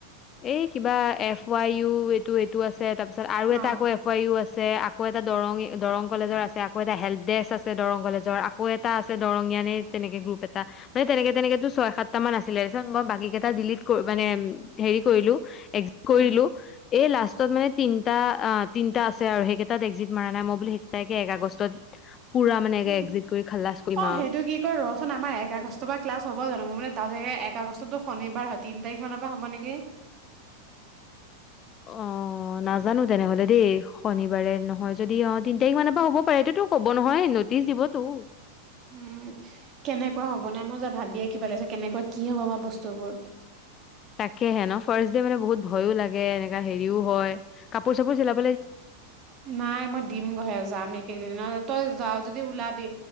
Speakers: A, on the left; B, on the right.
A: এই কিবা এফ ৱাই ইউ এইটো-এইটো আছে। এ তাৰ পিছত আৰু
B: অ
A: এটা আকৌ এফ আই ইউ আছে। আছে আকৌ এটা দৰং-দৰং কলেজৰ আছে, আকৌ এটা হেল্প ডেস্ক আছে দৰং কলেজৰ, আকৌ এটা আছে দৰংয়িয়ান এ তেনেকে গ্ৰুপ এটা মানে তেনেকে তেনেকেটো ছয় সাতটা মান আছিলে। তাৰপিছত মই বাকি কেইটা ডিলিট ক মানে হেৰি কৰিলো এক্সিট কৰি
B: উম
A: দিলোঁ, এই লাষ্ট ত মানে তিনিটা অ তিনিটা আছে আৰু সেইকেইটাত একজিট মৰা নাই মই বুলো সেইকেইটাকে এক আগষ্টত পুৰা মানে
B: উ
A: এক্সিট কৰি খালাচ কৰিম
B: অ
A: আৰু
B: সেইটো কি কয় ৰচোন আমাৰ এক আগষ্ট পা ক্লাছ হ'ব জানো? মোৰ মানে দাউট লাগিছে এক আগষ্টতটো শনিবাৰ হয় তিন তাৰিখ মানৰ পৰা হ'ব নেকি?
A: অ নাজানো তেনেহলে দেই শনিবাৰে নহয় যদি অ তিন তাৰিখ মানৰ পৰা হব পাৰে এইটোতো কব নহয় নটিচ দিবতো
B: উম', কেনেকোৱা হ'ব নাই, মই যে ভাবিয়ে কিবা লাগিছে, কেনেকোৱা কি হব বা বস্তু জবৰ
A: তাকেহে ন? ফাৰ্ষ্টডে মানে বহুত ভয়ো লাগে এনেকা হেৰিও হয় কাপোৰ চাপোৰ চিলাব
B: নাই মই দিম গৈহে যাম এইকেইদিন দিনতে তই যাৱ যদি ওলাবি